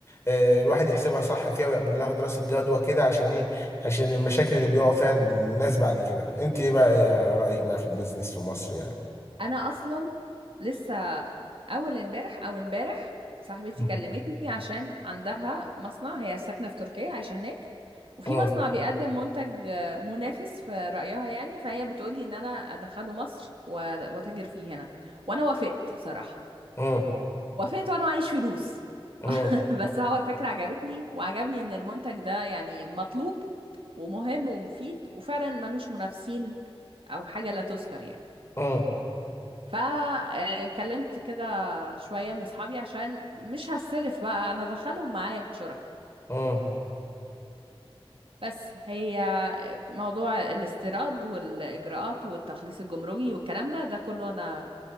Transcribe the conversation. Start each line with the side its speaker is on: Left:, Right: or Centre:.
Left: آه، الواحد يحسبها صح فيها ويعمل لها دراسة جدوى كده عشان ايه عشان المشاكل اللي بيقعوا فيها الناس بعد كده انت ايه بقى يا رأيك بقى في البيزنس في مصر يعني
Right: انا اصلا لسه اول امبارح او امبارح صاحبتي
Left: مم.
Right: كلمتني عشان عندها مصنع هي ساكنه في تركيا عايشه هناك وفي
Left: امم
Right: مصنع بيقدم منتج آه، منافس في رايها يعني فهي بتقولي ان انا ادخله مصر و- واتاجر فيه هنا وانا وافقت بصراحه
Left: امم
Right: وافقت وانا معيش فلوس
Left: امم
Right: <laughs> بس هو الفكره عجبتني وعجبني ان المنتج ده يعني مطلوب ومهم ومفيد وفعلا ملوش منافسين او حاجه لا تذكر يعني
Left: امم
Right: فكلمت كده شوية من اصحابي عشان مش هصرف بقى انا ادخلهم معايا شركة
Left: امم
Right: بس هي موضوع الاستيراد والاجراءات والتخليص الجمركي والكلام ده ده كله انا